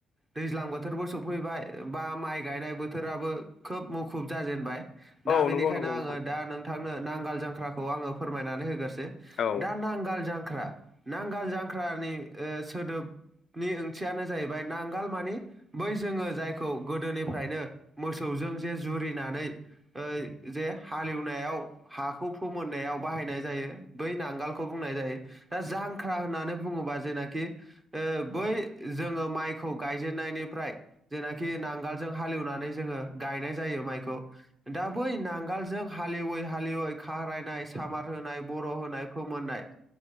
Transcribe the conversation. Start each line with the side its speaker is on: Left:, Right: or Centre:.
Right: दैज्लां बोथोरबो सफैबाय बा माइ गायनाय बोथोराबो खोब मुखुब जाजेनबाय
Left: औ
Right: दा बेनिखायनो
Left: नंगौ नंगौ
Right: आंङो
Left: नोंथां
Right: दा नोंथांनो नांगोल जांख्राखौ आंङो फोरमायनानै होगासिनो
Left: औ
Right: दा नांगाल जांख्रा नांगाल जांख्रानि ओ सोदोबनि ओंथियानो जाहैबाय नांगाल मानि बै जोंङो जायखौ गोदोनिफ्रायनो मोसौजों जे जुरिनानै यै जे हालेव एवनाय आव हाखौ फोमोननायाव बाहायनाय जायो बै नांगालखौ बुंनाय जायो दा जांख्रा होननानै बुङोबा जेनाखि बै जोंङो माइखौ गायजेननाय फ्राय जेनाखि नांगालजों हालेवनानै जोंङो गायनाय जायो माइखौ दा बै ना नांगालजों हाललिवै हालेवै ख्रायनाय, सामार होनाय, बर' होनाय, फोमोननाय।